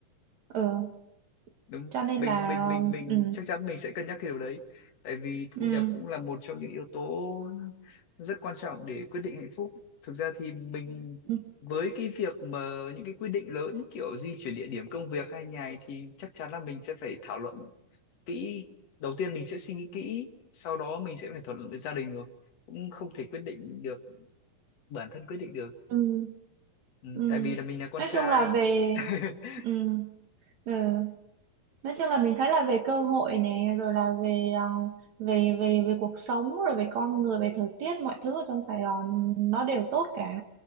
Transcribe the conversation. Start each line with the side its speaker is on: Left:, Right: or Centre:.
Right: ừ
Left: đúng
Right: cho nên
Left: mình
Right: là
Left: mình mình mình
Right: ừ
Left: chắc chắn mình sẽ cân nhắc cái điều đấy tại vì thu
Right: ừ
Left: nhập cũng là một trong những yếu tố rất quan trọng để quyết định hạnh phúc thực ra thì mình
Right: ừ
Left: với cái việc mà những cái quyết định lớn kiểu di chuyển địa điểm công việc hay nhà ấy thì chắc chắn là mình sẽ phải thảo luận kỹ đầu tiên mình sẽ suy nghĩ kỹ sau đó mình sẽ phải thảo luận với gia đình rồi cũng không thể quyết định được bản thân quyết định được
Right: ừ,
Left: ừ,
Right: ừ.
Left: tại vì là mình là con
Right: nói
Left: trai
Right: chung là về
Left: <laughs>
Right: ừ ừ nói chung là mình thấy là về cơ hội nè rồi là về à, về về về cuộc sống rồi về con người về thời tiết mọi thứ ở trong Sài Gòn nó đều tốt cả